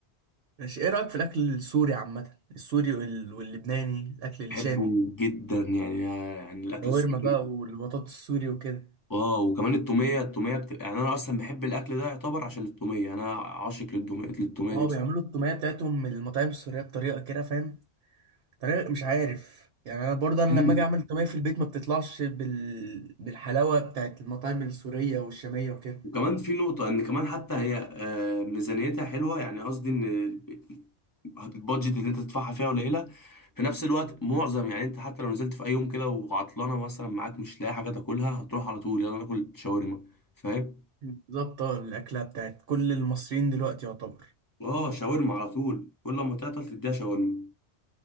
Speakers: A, on the right; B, on the left.
A: ماشي ايه رايك في الاكل السوري عامه السوري وال- واللبناني الاكل الشامي
B: بحبه جدا يعني يعني الاكل
A: شاورما
B: السوري
A: بقى والبطاطس السوري وكده
B: اه وكمان التوميه التوميه بتبقى يعني انا اصلا بحب الاكل ده يعتبر عشان التوميه انا عاشق للتوميه للتوميه
A: اه
B: دي
A: بيعملوا التوميه بتاعتهم من المطاعم السوريه بطريقه كده فاهم طريقه مش عارف يعني انا برضه انا
B: بصراحه
A: لما اجي اعمل التوميه في البيت ما بتطلعش بال... بالحلاوه بتاعت المطاعم السوريه والشاميه وكده
B: وكمان في نقطة إن كمان حتى هي آه، ميزانيتها حلوة يعني قصدي إن البادجت اللي أنت تدفعها فيها قليلة في نفس الوقت معظم يعني أنت حتى لو نزلت في أي يوم كده وعطلانة مثلا معاك مش لاقي حاجة تاكلها هتروح على طول يلا ناكل شاورما فاهم؟
A: بالظبط اه الاكله بتاعت كل المصريين دلوقتي يعتبر
B: آه شاورما على طول كل ما تعطل تديها شاورما